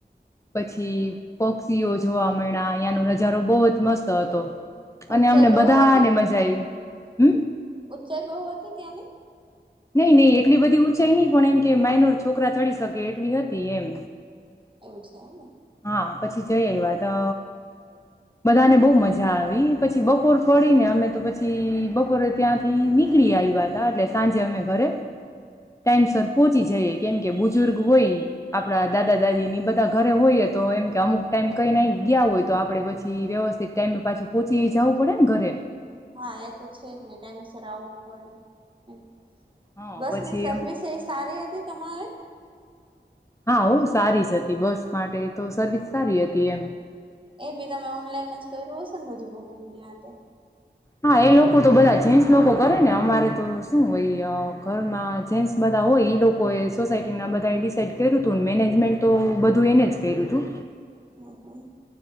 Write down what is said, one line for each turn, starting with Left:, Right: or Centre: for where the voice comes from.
Left: પછી પોક્સ સિઓ જોવા મયલા અહીંનો નજારો બહુ જ મસ્ત હતો.
Right: ઊંચાઈ
Left: અને અમને
Right: બહુ
Left: બધાને
Right: હતી
Left: મજા આવી. હમ્મ.
Right: ચ ગવ હતી ત્યાંની.
Left: નહી નહી એટલી બધી ઊંચાઈ નઈ પણ એમ કે માઇનોર છોકરા ચડી શકે એટલી હતી એમ.
Right: એવું છે ને.
Left: હા પછી જઈ આયવા તો બધાને બહુ મજ મજા આવી. પછી બપોર પડી ને અમે તો પછી બપોરે ત્યાંથી નીકળી આવ્યા તા એટલે સાંજે અમે ઘરે ટાઈમસ પહોચી જઈએ કેમ કે બુજુર્ગ હોય આપણા દાદા દાદી ની બધા ઘરે હોય જ તો એમ કે અમુક ટાઈમ કઈ ના ગયા હોય તો આપડે પછી વ્યવસ્થિત ટાઈમે પાછું પોહોંચી જવું પડે ને ઘરે.
Right: હા એ તો છે જ ને ટાઈમસર આવું પડે એમ.
Left: હા
Right: બસ
Left: પછી
Right: ની સર્વિસ
Left: એમ
Right: એ સારી હતી તમારે?
Left: હા હો સારી જ હતી. બસ માટે તો સર્વિસ સારી હતી એમ.
Right: એ ભી તમે ઓનલાઈન જ કર્યું હશે ને બધું બુકિંગની હાથે.
Left: હા એ લોકો તો બધા જેન્ટસ લોકો કરે ને અમારે તો શું હોય ઘરમાં જેન્ટસ બધા હોય એ લોકો એ સોસાયટી ના બધા એ ડિસાઈડ કર્યું તું ને મેનેજમેન્ટ તો બધું એને જ કર્યું તું.
Right: હમ્મ હમ્મ.